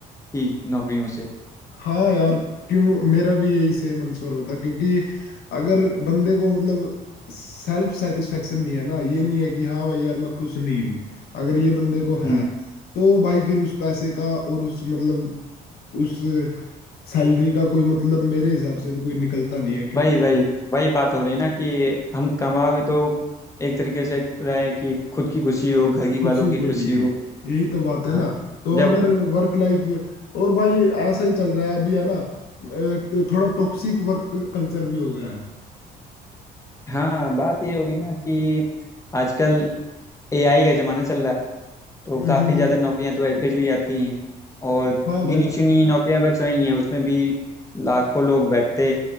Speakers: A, on the left (about 20°); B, on the left (about 70°).
A: की नौकरियों से
B: हाँ यार क्यों मेरा भी यही सेम आंसर होता क्योंकि अगर बंदे को मतलब सेल्फ सेटिस्फेक्शन नहीं है ना ये नहीं है कि हाँ भाई यार मैं खुश नहीं हूँ अगर ये बंदे को है
A: हम्म
B: तो भाई फिर उस पैसे का और उस मतलब उस सैलरी का कोई मतलब मेरे हिसाब से तो कोई निकलता नहीं है क्योंकि
A: वही वही वही बात हो रही ना कि हम कमा भी तो एक तरीके से रहे हैं कि खुद की खुशी हो घर की
B: खुशी
A: वालों की
B: के
A: खुशी
B: लिए
A: हो
B: यही तो बात है
A: हाँ
B: ना तो
A: जब
B: अगर वर्क लाइफ और भाई ऐसा ही चल रहा है अभी है ना अ, थोड़ा टॉक्सिक वर्क कल्चर भी हो गया है
A: हाँ बात ये हो गई ना कि आजकल एआई का ज़माना चल रहा है तो
B: <laughs> हम्म,
A: काफ़ी
B: हम्म, हम्म,
A: ज़्यादा नौकरियां तो ऐसे चली जाती हैं और
B: हाँ भाई
A: गिनी चुनी नौकरियां बच रही हैं उसमें भी लाखों लोग बैठते